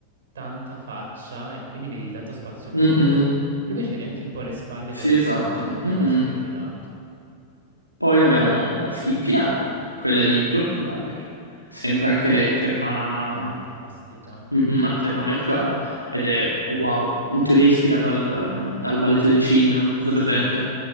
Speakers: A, on the right; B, on the right.
A: tanta faccia e quindi vedi tanto spazio vuoto.
B: Mhm.
A: Lui invece vedi anche un po' le spalle
B: Sì,
A: con le fiamme,
B: esatto.
A: mi piace,
B: Mhm.
A: riempie tanto.
B: Poi abbiamo la skin finale, quella di Cloak and Dagger. Sempre anche lei a tema,
A: Fantastica.
B: mhm, a tema Met Gala. Ed è wow. In teoria è ispirato al, um, al balletto del cigno, non so se
A: Sì,
B: è presente.